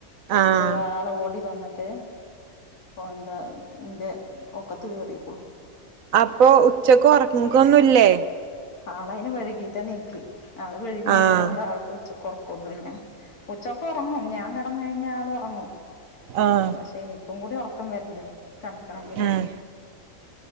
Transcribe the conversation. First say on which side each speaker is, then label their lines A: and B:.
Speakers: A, on the right; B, on the left.
A: ആഹ്
B: ഓ ആൾ ഓടി വന്നിട്ട്- ട്ട് എന്താ എന്റെ ഒക്കത്ത് കേറീക്ക്ണു
A: അപ്പൊ ഉച്ചക്ക് ഒറക്ക്കൊന്നുല്ലേ
B: ആള് അതിന് വഴ്കീട്ടാ യെനിയ്ക്കെ ആള് വഴ്കി യെനിക്കാനൊണ്ട്
A: ആഹ്
B: ആൾക്ക് ഉച്ചക്ക് ഒറക്കൊന്നുല്ല ഉച്ചക്ക് ഒറങ്ങും ഞാൻ കെടന്ന് കഴിഞ്ഞ ആള് ഒറങ്ങും
A: ആഹ്
B: പക്ഷെ എനിക്കും കൂടി ഒറക്കം വരണ്ടേ കെടക്കണെങ്കില്
A: ഉം